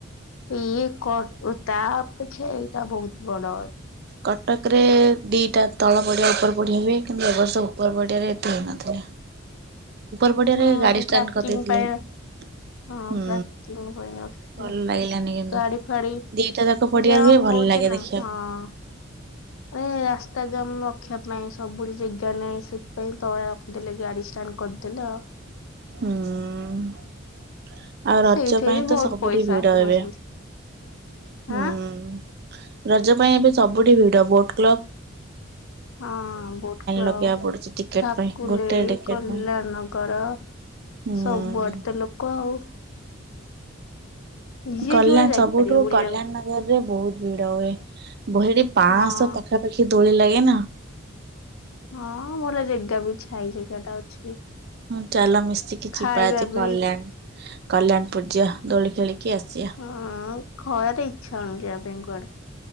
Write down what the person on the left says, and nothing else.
ଇଏ କଟ ଉ ତା ଅପେକ୍ଷା ଏଇଟା ବହୁତ ବଡ।
ହୁଁ
ପ୍ୟାକିଂ
ପାଇଁ
ହଁ ପ୍ୟାକିଂ ପାଇଁ ରଖିଥିଲେ
ଗାଡି ଫାଡି
ଜାମ୍
ହଉଛି
ନା
ହଁ। ଏ ରାସ୍ତା ଜାମ ଲକ। ରଖିବା ପାଇଁ ସବୁଠି ଜେଗା ନାହିଁ ସେଥିପାଇଁ ତଳେ ରଖିଦେଲେ ଗାଡି ଷ୍ଟାଣ୍ଡ କରିଦେଲେ ଆଉ।
ସେଇଠି
ବି ବହୁତ
ପଇସା
କମେଇଛନ୍ତି
ହାଁ
ହଁ ବୋଟ କ୍ଲକ
ଭାକୁଲେଇ
କଲ୍ୟାଣନଗର
ସବୁଆଡେ ତ ଲୋକ ଆଉ। ଯିଏ
ଯୁଆଡେ ଯାଇପାରିବ
ବୁଲିବାକୁ
ହଁ।
ହଁ ଭଲ ଜେଗା ବିଛାଇଚି ଜେଗା ଟା ଅଛି।
ଖାଇବା
ବି
ହଁ ଖରାରେ ଇଚ୍ଛା ହଉନି ଯିବା ପାଇଁ କୁଆଡେ।